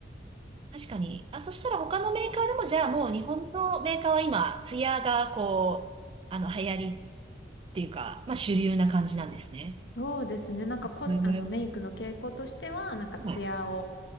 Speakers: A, on the right; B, on the left.
A: 確かに。あ、そしたら他のメーカーでも、じゃあもう日本のメーカーは今、ツヤがこう、あの、流行りっていうか、まあ主流な感じなんですね。
B: そうですね。なんかコス、
A: へー
B: あの、メイクの傾向としては、なんかツヤを、
A: は